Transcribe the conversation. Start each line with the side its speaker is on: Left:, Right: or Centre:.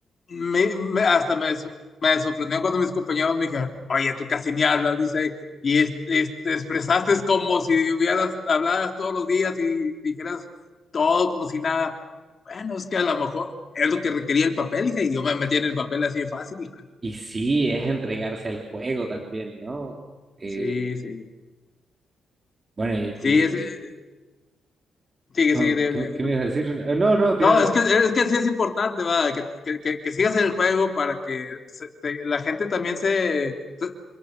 Left: me- me- hasta me, so- me sorprendió cuando mis compañeros me dijeron, oye, tú casi ni hablas, dice, y es- es- te expresaste como si hubieras habladas todos los días y dijeras todo como si nada. Bueno, es que a lo mejor es lo que requería el papel, dije, y yo me metí en el papel así de fácil. <laughs>
Right: Y sí, es entregarse al juego también, ¿no? Eh,
Left: Sí, sí,
Right: bueno, y, y-
Left: sí, es, eh, sigue,
Right: no,
Left: sigue, de-
Right: ¿qué,
Left: de-
Right: me qué me ibas a decir? Eh, No, no, te
Left: No,
Right: iba-
Left: es que, es que sí es importante, va, que, que, que- que sigas en el juego para que se- te- la gente también se, se,